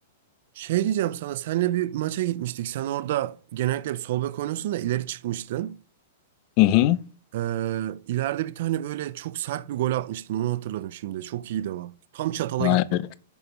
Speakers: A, on the right; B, on the left.
A: Şey diyeceğim sana, senle bir maça gitmiştik. Sen orada genellikle bir sol bek oynuyorsun da ileri çıkmıştın.
B: Hı hı.
A: Ee, ileride bir tane böyle çok sert bir gol atmıştın. Onu hatırladım şimdi. Çok iyiydi o. Tam çatala
B: Aynen.
A: gitti.